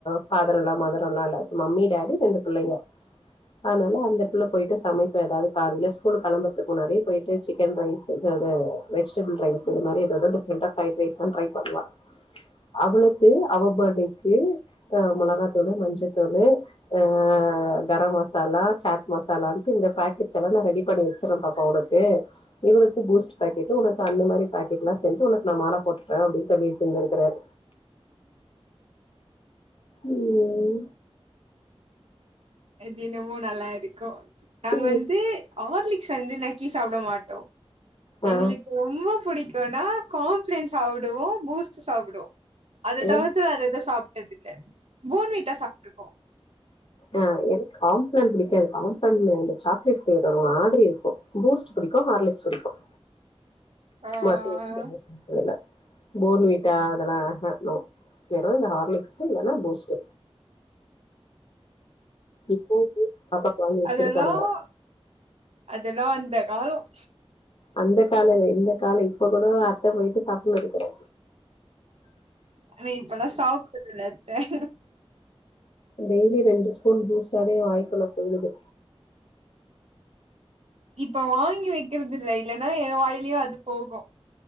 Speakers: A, on the left; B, on the right.
A: ஃபாதர்ன்லா மதர்ன்லா இல்ல மம்மி டேடி ரெண்டு பிள்ளங்க அதனால அந்த பிள்ள போயிட்டு சமைப்பதாலே காலேல ஸ்கூல் கெளம்ப முன்னாடியே போயிட்டு சிக்கன் ரைஸ் வெஜிடபிள் ரைஸ்சு நறைய டிஃபரண்டா ப்ரைட் ரைஸ் ட்ரை பண்ணலா அவளுக்கு அவ பட்டேக்கு மொளகாதூலு மஞ்சதூலு அ அ கரம் மசாலா சாட் மசாலாவுக்கு இந்த பாக்கெட் செலான் நான் ரெடி பண்ணி வெச்சி பாப்பா உனக்கு இவருக்கு பூஸ்ட் பாக்கெட் உனக்கு அந்த மாரி பாக்கெட்லா செஞ்சி உனக்கு நா மால போட்டு தற அப்டின்னு சொல்லி சென்றுக்கிறாரு உம்
B: எ தினமோ நல்லா இருக்கு நாங்க
A: ம்
B: வந்து ஆர்லிக்ஸ் வந்து நக்கீ சாப்ட மாட்டோ எங்களுக்கு
A: ஆ
B: ரொம்ப புடிக் தோனா காம்ப்ளன் சாப்டுவோ பூஸ்டு சாப்டுவோ அது
A: எ
B: தவர்த்து அது ஏதோ சாப் <unintelligible> பூன்வீட்டா சாப்டுக்கோ
A: அ எனக்கு காம்ப்ளான் பிடிக்காது காம்ப்ளான்ல இந்த சாக்லேட் பிளேவர் ஒரு மாதிரி இருக்கு பூஸ்ட் பிடிக்கும் ஹார்லிக்ஸ் பிடிக்கும்
B: ஆ
A: மத்த <unintelligible> தெர்ல போன்வீட்டா அதெல்லா அஹ் நோ வேறு இந்த ஹார்லிக்ஸ் இல்லன்னா பூஸ்ட் இப்போ பாப்பாக்கு வாங்கி வச்சிருக்காங்க
B: அதெல்லாம் அதெல்லாம் வந்து அந்த காலம்
A: அந்த காலம் இந்த கால இப்ப கூட அத்த போயிட்டு சாப்பிட இருக்கற
B: ஆன இப்பல்லாம் சாப்பிடுதுல அத்த
A: டெய்லி ரெண்டு ஸ்பூன் பூஸ்டாவே வாய்க்குள்ள போயிருது
B: இப்ப வாங்கி வெக்கிறது இல்ல இல்லன்னா என் வாயிலயும் அது போகும்